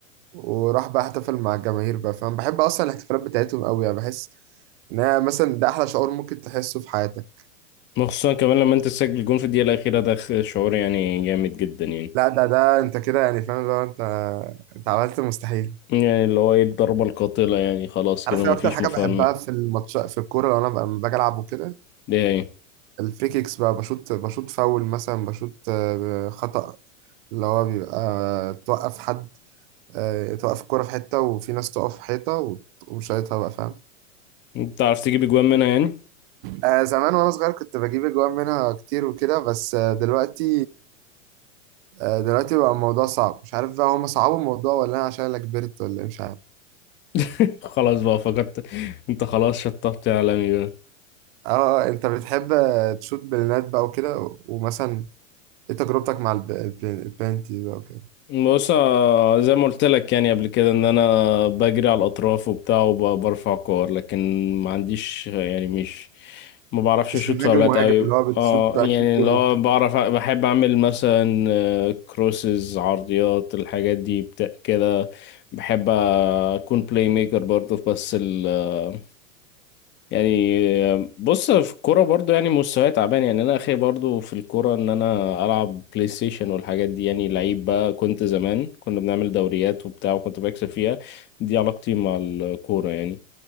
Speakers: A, on the right; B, on the left.
A: وراح بقى احتفل مع الجماهير بقى فأنا بحب أصلا الاحتفالات بتاعتهم أوي يعني بحس إن هي مثلا ده أحلى شعور ممكن تحسه في حياتك
B: خصوصا كمان لما انت تسجل جون في الدقيقة الأخيرة ده خ- شعور يعني جامد جدا يعني
A: لا ده ده أنت كده يعني فاهم لو أنت أنت عملت المستحيل
B: يعني اللي هو ايه الضربة القاتلة يعني خلاص
A: عارف
B: كده
A: ايه
B: مفيش
A: أكتر حاجة
B: مفر
A: بحبها في الماتش في الكورة لو أنا ب- لما باجي ألعب وكده
B: ده يعني
A: الفري كيكس بقى بشوط بشوط فاول مثلا بشوط آه، خطأ اللي هو بيبقى آه، توقف حد آه، توقف الكرة في حتة وفي ناس تقف في حيطة وتقوم شايطها بقى فاهم
B: انت عرفت تجيب اجوان منها يعني
A: آه، زمان وأنا صغير كنت بجيب أجوان منها كتير وكده بس آه، دلوقتي آه، دلوقتي بقى الموضوع صعب مش عارف بقى هما صعبوا الموضوع ولا أنا عشان أنا كبرت ولا إيه مش عارف
B: <laughs> خلاص بقى فقدت انت خلاص شطبت يا عالمي بقى
A: اه آه، انت بتحب آه، تشوت بلينات بقى وكده ومثلا ايه تجربتك مع الب- الب- البلانتي بقى وكده
B: بص آه، زي ما قلت لك يعني قبل كده ان انا بجري على الاطراف وبتاع وبرفع كور لكن ما عنديش يعني مش ما بعرفش
A: مش
B: اشوط
A: مهاجم
B: فاولات
A: مهاجم
B: قوي
A: اللي هو بتشوت
B: اه
A: بقى
B: يعني
A: كل
B: اللي
A: جون وكده
B: هو بعرف بحب اعمل مثلا آه، كروسز عرضيات الحاجات دي بتا- كده بحب اكون بلاي ميكر برضه بس ال آه، يعني بص في الكورة برضو يعني مستواي تعبان يعني انا اخي برضو في الكورة ان انا العب بلاي ستيشن والحاجات دي يعني لعيب بقى كنت زمان كنا بنعمل دوريات وبتاع وكنت بكسب فيها دي علاقتي مع الكورة يعني